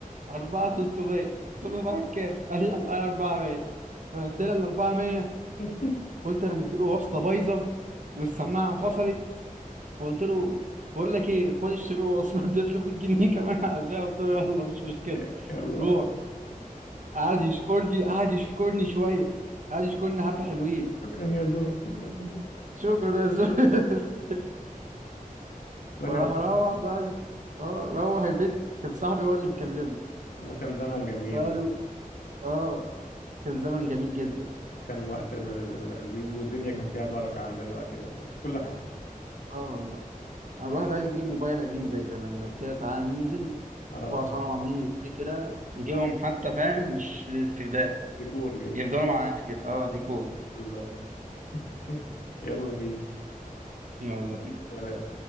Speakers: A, on the right; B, on the left.
A: 4 300 قلت له معاك كام؟ قال لي معايا 400 فاداني ال 400
B: إيه؟
A: قلت انا مديله وصله بايظه والسماعه فصلت فقلت له بقول لك ايه خد اشتري له وصله <laughs> اديت له 100 جنيه كمان على البيع قلت له يلا مش مشكله
B: <laughs> يلا
A: روح قعد يشكرني قعد يشكرني شويه قعد يشكرني حبه حلوين
B: شكرا يا زول شكرا يا زول
A: شكرا يا زلمه <laughs>
B: والله
A: فراح
B: كان
A: روح بقى ال- اه روح البيت كان صاحبي هو اللي بيكلمه
B: والله كان زمن جميل
A: فقال
B: والله
A: له اه كان زمن جميل جدا
B: وكان وقت ل- لذيذ والدنيا كان فيها بركة عن دلوقتي والله في كل حاجة
A: اه والله انا الواحد عايز يجيب موبايل قديم زي زمان لو كده تعالى ننزل
B: اه
A: نشوف اسعارهم عاملين ازاي كده نجيبهم حتى فاهم مش للاستخدام
B: ديكور كده
A: يفضلوا معانا كده اه ديكور
B: بالظبط <laughs> يلا بينا
A: يلا بينا
B: سلام